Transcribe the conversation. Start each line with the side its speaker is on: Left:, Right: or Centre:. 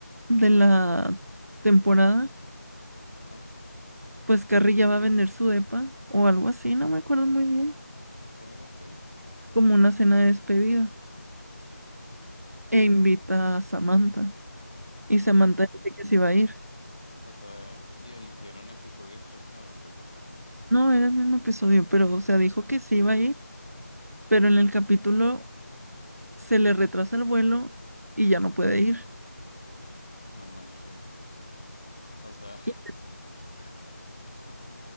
Right: de la temporada
Left: Ajá.
Right: pues Carrilla va a vender su depa o algo así, no me acuerdo muy bien,
Left: Ok, ok.
Right: como una cena de despedida. E invita a Samantha. Y
Left: No
Right: Samantha
Left: manches.
Right: dice que sí va a ir.
Left: O sea, y hicieron episodio especial o qué pasó.
Right: No, era el mismo episodio, pero o sea, dijo que sí iba a ir, pero en el capítulo se le retrasa el vuelo y ya no puede ir.
Left: No manches. O sea,
Right: Y,
Left: <laughs> qué